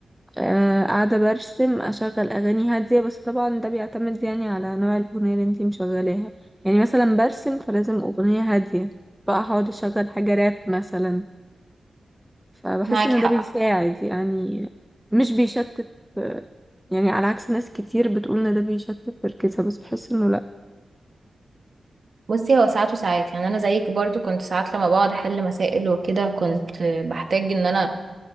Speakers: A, in the centre; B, on the right (about 50°).
A: أه قاعده برسم اشغل اغاني هاديه بس طبعا ده بيعتمد يعني على نوع الاغنيه اللي انتي مشغلاها يعني مثلا برسم فلازم اغنيه هاديه بقى هقعد اشغل حاجه راب مثلا فبحس
B: معاك
A: ان
B: حق
A: ده بيساعد يعني مش بيشتت يعني على عكس ناس كتير بتقول ان ده بيشتت تركيزها بس بحس انه لا
B: بصي هو ساعات وساعات يعني انا زيك برضو كنت ساعات لما بقعد احل مسائل وكده كنت بحتاج ان انا